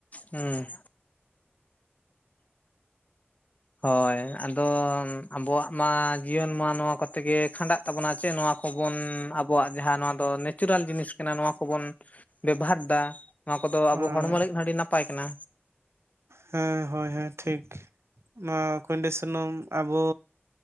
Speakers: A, on the left (about 35°); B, on the right (about 80°).
A: ᱦᱩᱸ᱾ ᱦᱳᱭ ᱟᱫᱚ ᱟᱵᱚᱣᱟᱜ ᱢᱟ ᱡᱤᱭᱚᱱ ᱢᱟ ᱱᱚᱣᱟ ᱠᱚᱛᱮ ᱜᱮ ᱠᱷᱟᱸᱰᱟᱜ ᱛᱟᱵᱚᱱᱟ ᱪᱮᱜ ᱱᱚᱣᱟ ᱠᱚᱵᱚᱱ ᱟᱵᱚᱣᱟᱜ ᱡᱟᱦᱟᱸ ᱱᱚᱣᱟ ᱫᱚ ᱱᱮᱪᱩᱨᱟᱞ ᱡᱤᱱᱤᱥ ᱠᱟᱱᱟ ᱱᱚᱣᱟ ᱠᱚᱵᱚᱱ ᱵᱮᱵᱷᱟᱨ ᱴᱟ ᱱᱚᱣᱟ ᱠᱚᱫᱚ
B: ᱦᱳᱭ
A: ᱟᱵᱚ ᱦᱚᱲᱢᱚ ᱨᱮᱱ ᱟᱹᱰᱤ ᱱᱟᱯᱟᱭ ᱠᱟᱱᱟ᱾
B: ᱦᱮᱸ ᱦᱳᱭ ᱦᱮᱸ ᱴᱷᱤᱠ ᱱᱚᱣᱟ ᱠᱚᱭᱰᱤ ᱥᱩᱱᱩᱢ ᱟᱵᱚ